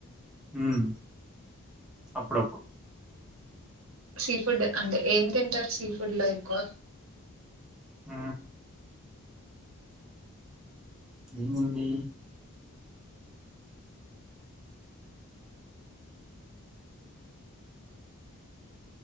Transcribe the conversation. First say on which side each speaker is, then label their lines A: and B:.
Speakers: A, in the centre; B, on the right.
A: ఉమ్ అప్పుడప్
B: సీ ఫుడ్ అంటే ఏం తింటారు సీ ఫుడ్ లో ఎక్కువ
A: ఆ ఏముంది